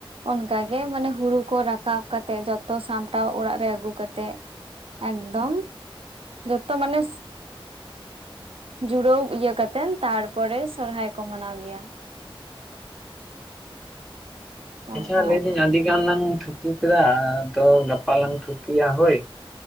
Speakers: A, on the right; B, in the centre.
A: ᱚᱱᱠᱟ ᱜᱮ ᱢᱟᱱᱮ ᱦᱩᱲᱩ ᱠᱚ ᱨᱟᱠᱟᱵ ᱠᱟᱛᱮᱜ ᱡᱚᱛᱚ ᱥᱟᱢᱴᱟᱣ ᱚᱲᱟᱜ ᱨᱮ ᱟᱹᱜᱩ ᱠᱟᱛᱮᱜ ᱮᱠᱫᱚᱢ ᱡᱚᱛᱚ ᱢᱟᱱᱮ ᱡᱩᱲᱳᱣ ᱤᱭᱟᱹ ᱠᱟᱛᱮ ᱠᱟᱛᱮᱫ ᱛᱟᱨᱯᱚᱨᱮ ᱥᱚᱨᱦᱟᱭ ᱠᱚ ᱢᱟᱱᱟᱣ ᱜᱮᱭᱟ ᱚᱱᱠᱟ
B: ᱟᱪᱪᱷᱟ ᱞᱟᱹᱭ
A: ᱟᱨᱠᱤ᱾
B: ᱫᱟᱹᱧ ᱟᱹᱰᱤ ᱜᱟᱱ ᱞᱟᱝ ᱛᱷᱩᱛᱤ ᱠᱮᱫᱟ ᱟᱫᱚ ᱜᱟᱯᱟ ᱞᱟᱝ ᱛᱷᱩᱛᱤᱭᱟ ᱦᱳᱭ